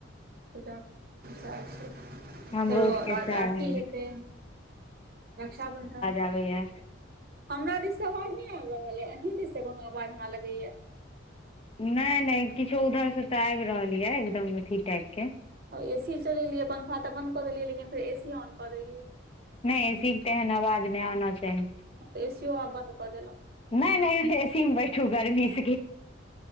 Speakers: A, on the right (about 50°); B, on the left (about 30°).
A: पूजा जाय छी।
B: हमरो
A: फेरो
B: सबके
A: राखी
B: सैह होइये
A: हेते रक्षाबन्धन
B: आबेया
A: हमरा दिस से आवाज नहि अैबरहल अही दिस से कोनो आवाज हमरा लगैया
B: नै नै किछो ऊधर से तऽ आबि रहल यऽ एकदम अथी टाइप के।
A: एसी चलेलियै पंखा तऽ बन्द कऽ देलियै लेकिन फेर ए सी ऑन कऽ देलियै।
B: नय ए सी केँ तऽ ऐहन आवाज नय आना चाही।
A: हम तऽ एसीओ आब बन्द कऽ देलौ।
B: नय - नय एसी मे बैठू गर्मी। <unintelligible>